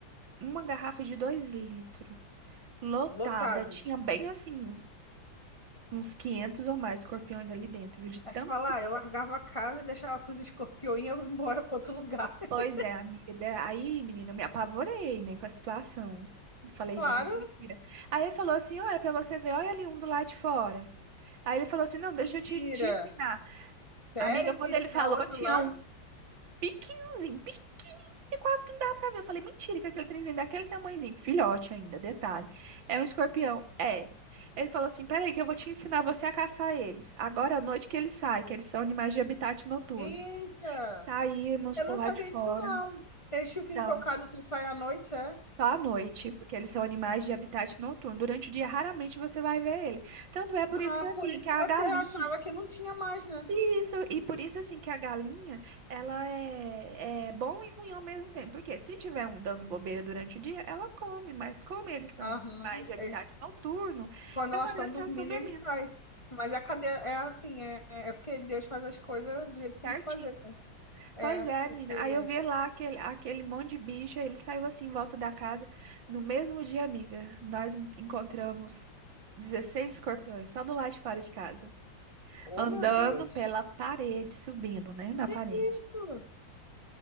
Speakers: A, on the right; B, on the left.
A: uma garrafa de dois litros, lotada,
B: Lotado.
A: tinha bem assim, uns 500 ou mais escorpiões ali dentro, viu, de
B: Aí
A: tanto
B: te falar, eu largava a casa e deixava pros escorpiões e ia embora para outro lugar. <laughs>
A: Pois é, amiga. Da- Aí, menina, eu me apavorei, né, com a situação. Falei,
B: Claro!
A: gente, mentira. Aí ele falou assim: olha, pra você ver, olha ali um do lado de fora. Aí ele falou assim: não, deixa
B: Mentira!
A: eu te, te ensinar.
B: Sério
A: Amiga, quando
B: que
A: ele
B: tinha
A: falou,
B: outro
A: tinha
B: lá?
A: um pequenininho, pequenininho, que quase que não dava pra ver. Eu falei, mentira, que aquele trenzinho daquele tamanhozinho, filhote ainda, detalhe. É um escorpião. É. Ele falou assim: peraí, que eu vou te ensinar você a caçar eles. Agora à noite que eles saem, que eles são animais de habitat noturno.
B: Eita!
A: Saímos
B: Eu
A: pro
B: não
A: lado
B: sabia
A: de fora.
B: disso, não. Eles ficam
A: Então.
B: intocados sem sair à noite, é?
A: Só à noite, porque eles são animais de habitat noturno. Durante o dia, raramente você vai ver ele. Tanto é por
B: Ah,
A: isso que, assim,
B: por isso
A: que
B: que
A: a
B: você
A: galinha...
B: achava que não tinha mais, né?
A: Isso, e por isso, assim, que a galinha, ela é, é bom e ruim ao mesmo tempo. Porque se tiver um dando bobeira durante o dia, ela come. Mas como eles são
B: Aham.
A: animais de habitat
B: Eles,
A: noturno,
B: quando
A: é
B: elas
A: o horário
B: estão dormindo,
A: que elas estão dormindo,
B: eles saem. Mas a cadeia é assim, é, é é porque Deus faz as coisas do jeito que
A: certinho.
B: tem que fazer. É,
A: Pois é,
B: porque.
A: menina. Aí eu vi lá aquele, aquele monte de bicho, aí ele saiu assim em volta da casa. No mesmo dia, amiga, nós encontramos 16 escorpiões, só do lado de fora de casa.
B: Oh,
A: Andando
B: meu Deus!
A: pela parede, subindo, né? Na
B: Que
A: parede.
B: que é isso?